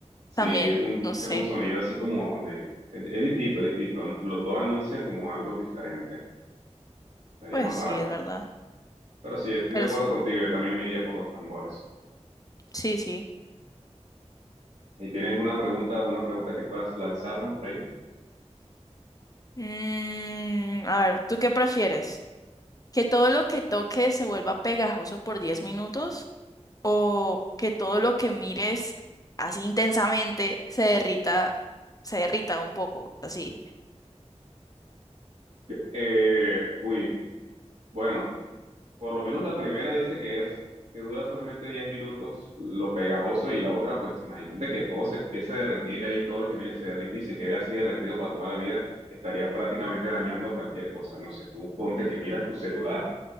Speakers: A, on the right (about 65°); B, on the left (about 30°).
A: Sí,
B: También,
A: es un,
B: no sé.
A: es un sonido así como de... Es, es distinto, es distinto. Los dos anuncian como algo diferente. Estaría
B: Pues
A: más raro.
B: sí, es verdad.
A: Pero sí, estoy
B: Pero
A: de acuerdo
B: sí,
A: contigo. Yo también me iría por los tambores.
B: sí, sí.
A: ¿Y tienes una pregunta, una pregunta que puedas lanzarme por ahí?
B: Mm, a ver, ¿tú qué prefieres? Que todo lo que toques se vuelva pegajoso por 10 minutos o que todo lo que mires así intensamente se derrita, se derrita un poco, así.
A: Eh, uy, bueno, por lo menos la primera dice que es que dura solamente 10 minutos lo pegajoso y la otra, pues imagínate que todo se empieza a derretir ahí, todo lo que viene se derrite y se quede así derretido para toda la vida, estarías prácticamente dañando cualquier cosa. No sé, tú ponte que miras tu celular